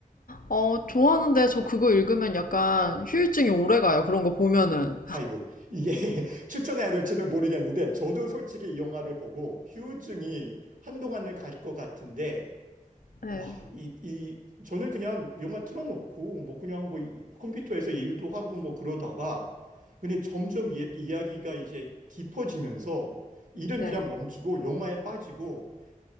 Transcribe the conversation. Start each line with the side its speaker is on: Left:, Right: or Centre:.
Left: 어, 좋아하는데 저 그거 읽으면 약간 휴유증이 오래 가요. 그런 거 보면은.
Right: 아이고, 이게 <laughs> 추천해야 될지는 모르겠는데, 저도 솔직히 이 영화를 보고 휴증이 한동안은 갈 것 같은데,
Left: 네.
Right: 와, 이, 이, 저는 그냥 영화 틀어놓고, 뭐 그냥 뭐 이- 컴퓨터에서 일도 하고 뭐 그러다가, 근데 점점 이, 이야기가 이제 깊어지면서, 일은
Left: 네.
Right: 그냥 멈추고 영화에 빠지고,